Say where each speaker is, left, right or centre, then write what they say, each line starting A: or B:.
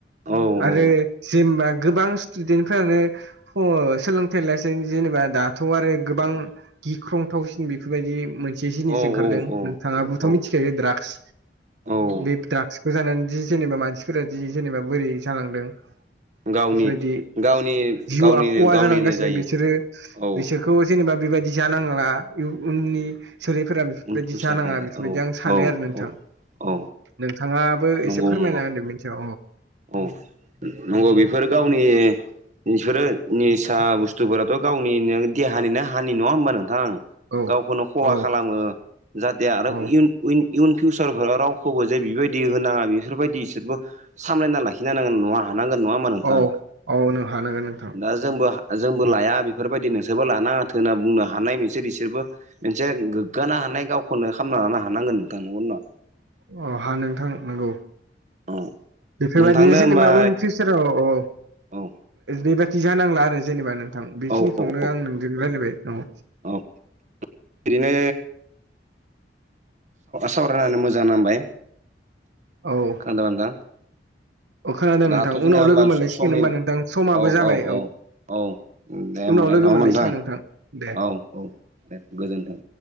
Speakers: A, on the right (about 40°); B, on the right (about 80°).
A: औ
B: आरो
A: औ
B: जेनेबा गोबां स्टुडेन्ट फोरानो सोलोंथाइ लासै जेनेबा दाथ' आरो गोबां गिख्रंथावसिन बेफोरबायदि मोनसे जिनिस
A: औ
B: ओंखारदों
A: औ
B: नोंथांङाबथ'
A: औ
B: मिथिखायो द्राग्स
A: औ
B: बे द्राग्सखौ जानानै जि जेनेबा मानसिफोरा जि जेनेबा बोरै जालांदों।
A: गावनि
B: बेफोरबायदि
A: गावनि
B: जिउआ
A: गावनिनो
B: खहा
A: गावनिनो
B: जालांगासिनो
A: जायो
B: बिसोरो
A: औ
B: बिसोर खौ जेनेबा बेबायदि जानांला उननि सोलैफोरा बेफोरबायदि
A: उन फिउसारनि
B: जानांङा
A: थाखाय
B: बेफोरबायदि
A: औ
B: आं सानो
A: औ
B: आरो नोंथां
A: औ औ
B: नोंथांङा
A: नंगौ
B: एसे फोरमायना
A: नंगौ
B: होनदों मिथि
A: औ नंगौ बेफोर गावनि बिसोरो निसा बुस्थुफोराथ' गावनि देहानिनो हानि नंङा होमबा नोंथां
B: औ
A: गावखौनो खहा
B: औ
A: खालामो जाहाथे आरो
B: औ
A: इयुन फिउचार फोर रावखौबो जे बिबायदि होनाङा बेफोरबायदि इसोरबो सामलायना लाखिनो नांगोन नंङा हानांगोन नंङा होमा नोंथां
B: औ औ नों हानांगोन नोंथां
A: दा जोंबो जोंबो
B: अ
A: लाया बेफोरबायदि नोंसोरबो लानाङाथों होनना बुंनो हानाय नोंसोर बिसोरबो मोनसे गोग्गानो हानाय गावखौनो खालामना लानो हानांगोन नोंथांनगौ नंङा
B: अ हा नोंथां नंगौ
A: नङा
B: बेफोरबायदिनो
A: नोंथांनो
B: जेनेबा
A: होमबा
B: उन फिउचाराव औ
A: औ
B: बेबादि जानांला आरो जेनेबा नोंथां बेखिनिखौनो
A: औ औ
B: आं नोंजों रायज्लायबाय न
A: औ ओरैनो सावरायनानै मोजां नांबाय
B: औ
A: <unintelligible>
B: औ खोनादों
A: दाथ'
B: नोंथां
A: जोंना
B: उनाव
A: होनबा
B: लोगो मोनलायसिगोन
A: समनि
B: होमबा नोंथां समाबो
A: औ
B: जाबाय
A: औ औ औ दे होमबालाय
B: उनाव लोगो
A: नङा
B: मोनलायसिगोन
A: नोंथां
B: दे
A: औ औ दे गोजोन्थों